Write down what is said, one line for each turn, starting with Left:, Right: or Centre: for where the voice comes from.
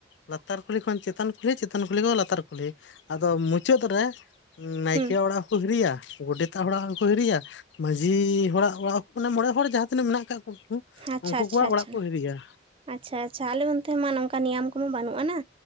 Left: ᱞᱟᱛᱟᱨ ᱠᱩᱞᱦᱤ ᱠᱷᱚᱱ ᱪᱮᱛᱟᱱ ᱠᱩᱞᱦᱤ, ᱪᱮᱛᱟᱱ ᱠᱩᱞᱦᱤ ᱠᱚ ᱞᱟᱛᱟᱨ ᱠᱩᱞᱦᱤ᱾ ᱟᱫᱚ ᱢᱩᱪᱟᱹᱫ ᱨᱮ ᱱᱟᱭᱠᱮᱭᱟᱜ
Right: ᱦᱩᱸ
Left: ᱚᱲᱟᱜ ᱦᱚᱸᱠᱚ ᱦᱤᱨᱤᱭᱟ ᱜᱚᱰᱮᱛ ᱮᱴᱟᱜ ᱦᱚᱲᱟᱜ ᱦᱚᱸᱠᱚ ᱦᱤᱨᱤᱭᱟ, ᱢᱟᱺᱡᱷᱤ ᱦᱚᱲᱟᱜ ᱚᱲᱟᱜ ᱦᱚᱠᱚ ᱢᱟᱱᱮ ᱢᱚᱬᱮ ᱦᱚᱲ ᱡᱟᱦᱟᱸ ᱛᱤᱱᱟᱹᱜ ᱢᱮᱱᱟᱜ ᱠᱟᱜ ᱠᱚ ᱩᱱᱠᱩ
Right: ᱟᱪᱪᱷᱟ
Left: ᱩᱱᱠᱩ
Right: ᱟᱪᱪᱷᱟ
Left: ᱠᱚᱣᱟᱜ
Right: ᱟᱪᱪᱷᱟ
Left: ᱚᱲᱟᱜ ᱠᱚ ᱦᱤᱨᱤᱭᱟ᱾
Right: ᱟᱪᱪᱷᱟ ᱟᱪᱪᱷᱟ ᱟᱞᱮ ᱚᱱᱛᱮ ᱢᱟ ᱱᱚᱝᱠᱟ ᱱᱤᱭᱟᱢ ᱠᱚᱢᱟ ᱵᱟᱹᱱᱩᱜ ᱟᱟᱱᱟ᱾